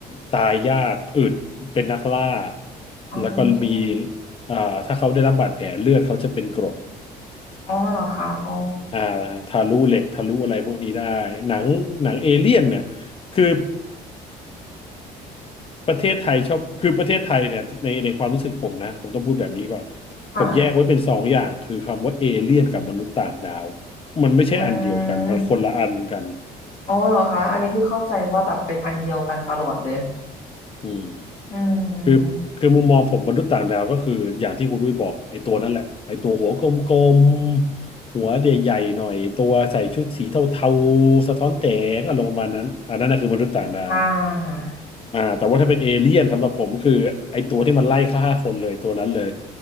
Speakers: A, on the left; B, on the left.
A: ตายยากอึดเป็นนักล่า
B: อ๋อ
A: แล้วก็มีอ่าถ้าเขาได้รับบาดแผลเลือดเขาจะเป็นกรด
B: อ๋อเหรอคะอ๋อ
A: อ่าทะลุเหล็กทะลุอะไรพวกนี้ได้หนังหนังเอเลี่ยนเนี่ยคือประเทศไทยชอบคือประเทศไทยเนี่ยในในความรู้สึกผมนะผมต้องพูดแบบนี้ก่อน
B: ค่ะ
A: ผมแยกไว้เป็นสองอย่างคือคำว่าเอเลี่ยนกับมนุษย์ต่างดาวมันไม่ใช่อันเดียวกันมันคนละอันกัน
B: อืมอ๋อเหรอคะ อันนี้คือเข้าใจว่าแบบเป็นอันเดียวกันตลอดเลย
A: อืม
B: อืม
A: คือคือมุมมองผมมนุษย์ต่างดาวก็คืออย่างที่คุณดุ้ยบอกไอ้ตัวนั่นแหละไอ้ตัวหัวกลมๆหัวใหญ่ๆหน่อยตัวใส่ชุดสีเทาๆสะท้อนแสงอารมณ์ประมาณนั้นอันนั้นนะคือมนุษย์ต่างดาว
B: อ่า
A: อ่าแต่ว่าถ้าเป็นเอเลี่ยนสำหรับผมก็คือไอ้ตัวที่มันไล่ฆ่าคนเลยตัวนั้นเลย